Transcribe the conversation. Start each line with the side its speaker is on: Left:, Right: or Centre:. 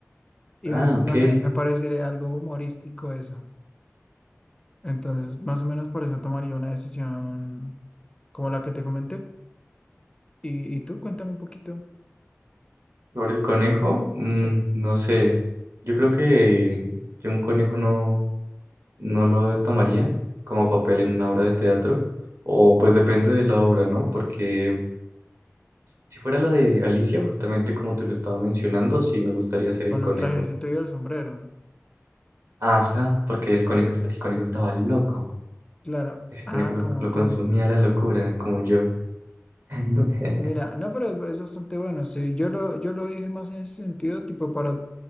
Left: Y
Right: Ah,
Left: me- no
Right: ok.
Left: sé, me parecería algo humorístico eso. Entonces, más o menos por eso tomaría una decisión como la que te comenté. ¿Y, y tú? Cuéntame un poquito.
Right: Sobre el conejo, mm,
Left: Sí.
Right: no sé. Yo creo que, que un conejo no, no lo tomaría como papel en una obra de teatro. O pues depende de la obra, ¿no? Porque si fuera la de Alicia, justamente como te lo estaba mencionando, sí me gustaría ser el
Left: Con
Right: conejo.
Left: el trajecito y el sombrero.
Right: Ajá, porque el conejo,
Left: Cl-
Right: est- el conejo estaba loco.
Left: Claro.
Right: Ese conejo
Left: Ah,
Right: lo,
Left: como
Right: lo consumía
Left: tú.
Right: la locura, como yo. <laughs>
Left: Mira, no, pero es es bastante bueno. Sí, yo lo, yo lo dije más en ese sentido, tipo para